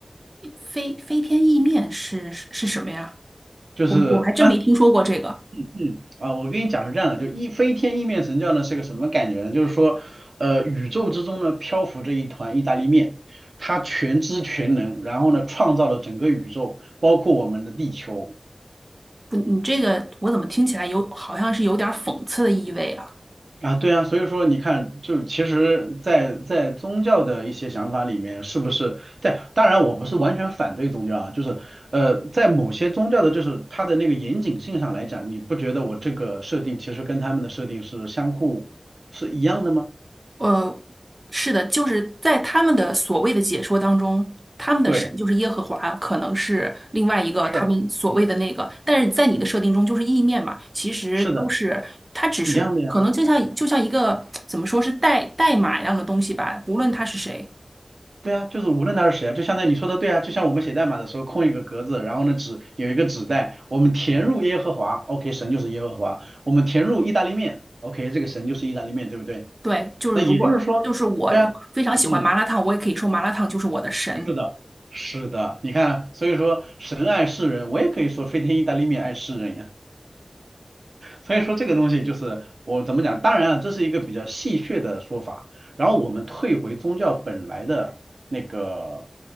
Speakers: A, on the right (about 35°); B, on the right (about 85°).
A: 飞飞天意面是是是什么呀？
B: 就是。
A: 我我还真没听说过这个。
B: 嗯啊，我跟你讲是这样的，就一飞天意面神教呢是个什么感觉呢？就是说，呃，宇宙之中呢漂浮着一团意大利面，它全知全能，然后呢创造了整个宇宙，包括我们的地球
A: 不，你这个我怎么听起来有好像是有点儿讽刺的意味啊？
B: 啊，对啊，所以说你看，就其实在，在宗教的一些想法里面，是不是？但当然我不是完全反对宗教啊，就是呃，在某些宗教的，就是它的那个严谨性上来讲，你不觉得我这个设定其实跟他们的设定是相互是一样的吗？
A: 呃，是的，就是在他们的所谓的解说当中，他们的神就是耶和华，
B: 对。
A: 可能是另外一个他们所谓的那个，
B: 是
A: 但是在你的设定中就是意面嘛，其实都是它只是可能就像就像一个怎么说是代代码一样的东西吧，
B: 是的，一样的呀，
A: 无论他是谁，
B: 对呀，就是无论他是谁啊，就相当于你说的对啊，就像我们写代码的时候空一个格子，然后呢纸有一个纸袋，我们填入耶和华，OK，神就是耶和华，我们填入意大利面，OK，这个神就是意大利面，对不对？
A: 对，就是如果就是我非常喜欢麻辣烫，
B: 那也就是说，对啊，嗯，
A: 我也可以说麻辣烫就是我的神，
B: 是的，是的，你看，所以说神爱世人，我也可以说飞天意大利面爱世人呀。所以说这个东西就是我怎么讲，当然啊，这是一个比较戏谑的说法。然后我们退回宗教本来的那个，